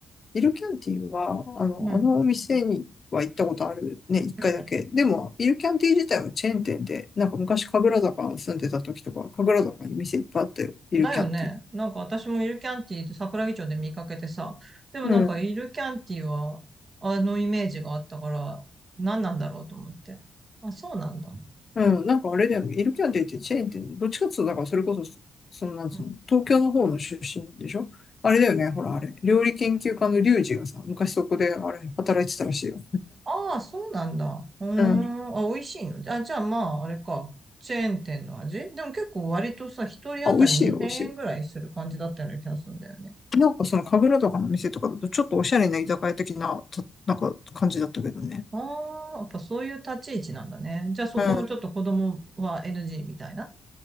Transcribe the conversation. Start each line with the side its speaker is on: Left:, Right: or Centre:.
Left: イルキャンティは、あの、
Right: うん。
Left: あのお店には行ったことあるね、一回だけ。
Right: うん。
Left: でも、イルキャンティ自体はチェーン店で、なんか昔、神楽坂住んでた時とか、神楽坂に店いっぱいあったよ、イルキャンティ。
Right: だよね。なんか私もイルキャンティーって桜木町で見かけてさ。でもなんかイルキャンティーはあのイメージがあったから何なんだろうと思って。
Left: うん。
Right: あ、そうなんだ。
Left: うん、なんかあれだよね。イルキャンティってチェーンってどっちかっていうと、だからそれこそ、そのなんつうの、
Right: うん。
Left: 東京の方の出身でしょあれだよね。ほら、あれ。料理研究家のリュウジがさ、昔そこで、あれ、働いてたらしいよ。
Right: ああ、そうなんだ。うーん。
Left: うん。
Right: あ、美味しいのあ、じゃあまあ、あれか。チェーン店の味でも結構割とさ、一人当たり2000円ぐらいする感じだったような気がするんだよね。
Left: あ、美味しいよ、美味しいよ。なんかその神楽とかの店とかだと、ちょっとおしゃれな居酒屋的な、たなんか感じだったけどね。
Right: ああ、やっぱそういう立ち位置なんだね。じゃあそこもちょっと子供は
Left: うん。
Right: NG みたいな。